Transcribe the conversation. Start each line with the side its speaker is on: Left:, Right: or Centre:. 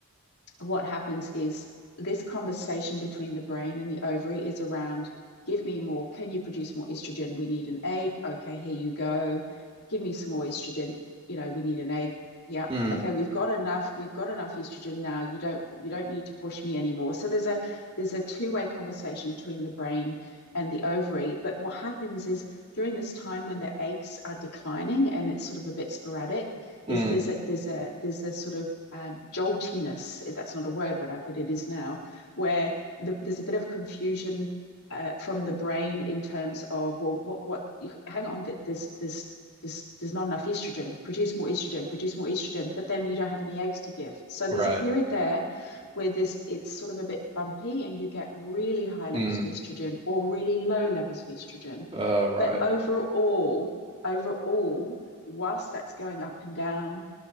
Left: what happens is this conversation between the brain and the ovary is around give me more can you produce more estrogen we need an egg okay here you go give me some more estrogen you know we need an egg yeah
Right: mm,
Left: okay we've got enough we've got enough estrogen now you don't you don't need to push me anymore so there's a there's a two-way conversation between the brain and the ovary but what happens is during this time when the eggs are declining and it's sort of a bit sporadic
Right: mm,
Left: is there's a there's a there's a sort of um, joltiness if that's not a word but I, but it is now where the, there's a bit of confusion uh, from the brain in terms of well what what hang on that this this this there's not enough estrogen produce more estrogen produce more estrogen but then we don't have any eggs to give so
Right: right.
Left: there's a period there where this it's sort of a bit bumpy and you get really high levels
Right: Mm,
Left: of estrogen or really low levels of estrogen
Right: uh, right.
Left: but overall overall whilst that's going up and down,